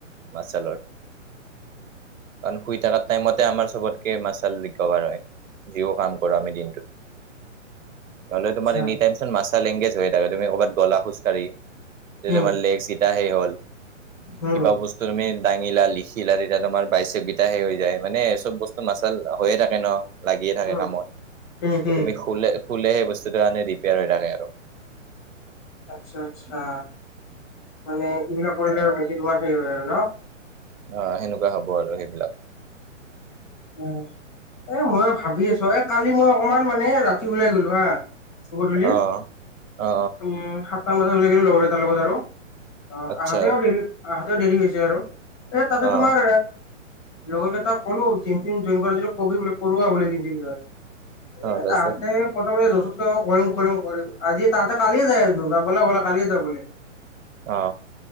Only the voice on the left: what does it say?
<inaudible>
আচ্ছা
উম
উম
উম
উম উম
আচ্ছা আচ্ছা, মানে এইবিলাক কৰিলে আৰু বেছি তোমাৰ সেই হয় আৰু ন।
অ', এ, মইো ভাবি আছো এ, কালি মই অকমান মানে ৰাতি ওলাই গলো হা গধূলি,
উম, সাটা বজ ওলাই গো লগৰ তাৰ লগত আৰু, অ'
আহাতেও দেৰি আহাতেও দেৰি হৈছে আৰু। এ, তাতে
তোমাৰ, লগৰ কেইটাক ক'লো জইন কৰা যিটো কবি, কৰোৱা বোলে জট জই এই
তাহাঁতে প্ৰথমে য ত, কৰিম, কৰিম, কৰিম আজি তাতে কালিয়ে যাই আৰু বলা ব'লা কালিয়ে যা বোলে।